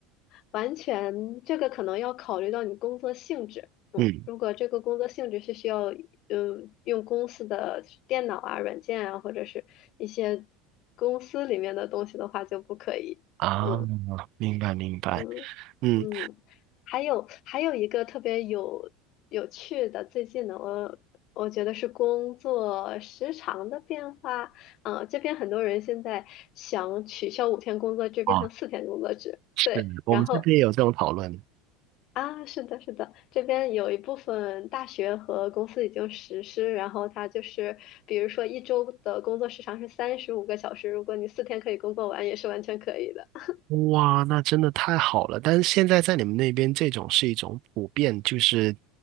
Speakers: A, on the left; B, on the right.
A: 完全，这个可能要考虑到你工作性质。嗯，
B: 嗯，
A: 如果这个工作性质是需要，嗯，用公司的电脑啊、软件啊，或者是一些公司里面的东西的话，就不可以。
B: 啊，
A: 嗯
B: 明白明白，
A: 嗯嗯，
B: 嗯，
A: 还有还有一个特别有有趣的，最近的我我觉得是工作时长的变化。嗯，这边很多人现在想取消五天工作制，
B: 啊，
A: 变成四天工作制。
B: 是我们这边也有这种讨论。
A: 对，然后啊，是的，是的，这边有一部分大学和公司已经实施，然后它就是，比如说一周的工作时长是三十五个小时，如果你四天可以工作完，也是完全可以的。<laughs>
B: 哇，那真的太好了！但是现在在你们那边，这种是一种普遍，就是